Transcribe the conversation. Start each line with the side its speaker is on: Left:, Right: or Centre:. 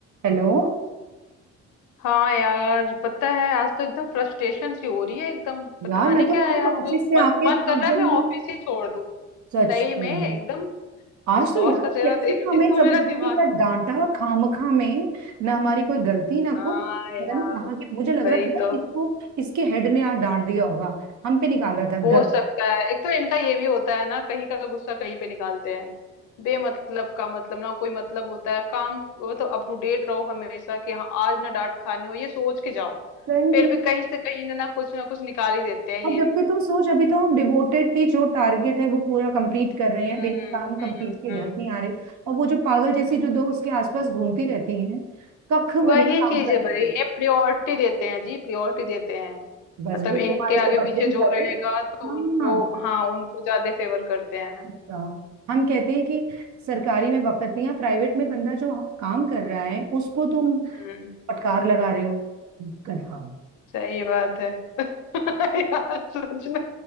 Right: Hello
Left: हाँ यार पता है आज तो एकदम फ्रस्ट्रेशन सी हो रही है एकदम पता
Right: यार मैं
Left: नहीं
Right: तो
Left: क्या
Right: खुद
Left: है यार
Right: ऑफिस
Left: बहुत
Right: से
Left: मन
Right: आके
Left: मन
Right: थक
Left: कर रहा
Right: गई
Left: है मैं ऑफिस
Right: हूँ
Left: ही छोड़ दूँ
Right: सच
Left: सही
Right: में
Left: में एकदम
Right: आज
Left: उस
Right: तो
Left: बॉस
Right: यार
Left: का चेहरा
Right: कैसे
Left: देख
Right: हमें
Left: के तो
Right: जबरदस्ती
Left: मेरा दिमाग
Right: का
Left: ही
Right: डांटा खामखा में ना हमारी कोई गलती ना
Left: हाँ
Right: कुछ
Left: यार
Right: पता नहीं कहाँ के मुझे लग
Left: वही
Right: रहा है पता
Left: तो
Right: है इसको इसके हेड ने आज डांट दिया होगा हम पे निकाल रहा था
Left: हो
Right: गधा
Left: सकता है एक तो इनका ये भी होता है ना कहीं का गुस्सा कहीं पे निकालते हैं बेमतलब का मतलब ना कोई मतलब होता है काम वो तो अप टू डेट रहो हमेशा कि हाँ आज ना डांट खानी हो ये सोच के जाओ
Right: सही
Left: फिर
Right: में
Left: भी कहीं से कहीं ना ना कुछ ना कुछ निकाल ही देते हैं
Right: और
Left: ये
Right: जबकि तू सोच अभी तो हम डिवोटेडली जो टारगेट है वो पूरा कंप्लीट कर रहे
Left: हम्म
Right: हैं बिना काम कंप्लीट
Left: हम्म
Right: के
Left: हम्म।
Right: घर नहीं आ रहे और वो जो पागल जैसी जो दो उसके आसपास घूमती रहती हैं कख भी
Left: वही
Right: नहीं काम
Left: चीज
Right: करती
Left: है भाई ये प्रियोरिटी देते हैं जी प्रियोरिटी देते हैं
Right: बजट
Left: मतलब इनके
Right: तुम्हारे
Left: आगे
Right: को बदलिंग
Left: पीछे जो
Right: करे
Left: रहेगा तो
Right: हाँ
Left: उनको हाँ उनको ज्यादा फेवर करते हैं
Right: बताओ हम कहते हैं कि सरकारी में बकतियां प्राइवेट में बंदा जो काम कर रहा है उसको तुम
Left: हम्म
Right: फटकार लगा रहे हो गधा
Left: सही बात है <laughs> यार सच में